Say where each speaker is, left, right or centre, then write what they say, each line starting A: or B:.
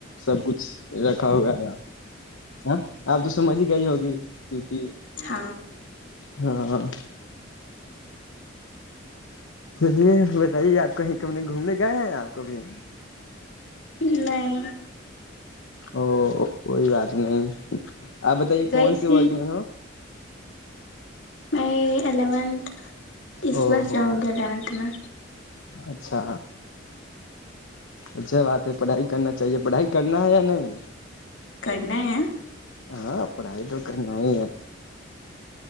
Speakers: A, on the left; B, on the left.
A: سب کچھ رکھا ہوا ہے یہاں۔۔۔۔ آپ تو سمجھ ہی گئی ہوگی کیونکہ۔۔
B: ہاں۔
A: ہاں۔ یہ بتائیے آپ کہیں کبھی گھومنے گئے ہیں آپ کبھی؟
B: نہیںائ
A: او کوئی بات نہیں آپ بتائیے
B: گئی
A: کون سےی
B: تھی
A: ورگ میں ہو
B: میں الیونتھ اس
A: او
B: بار
A: ہو
B: جاؤں گی الیونتھ میں
A: اچھا اچھا بات ہے پڑھائی کرنا چاہیے پڑھائی کرنا ہے یا نہیں
B: کرنا ہے ہے
A: ہاں پڑھائی تو کرنا ہی ہے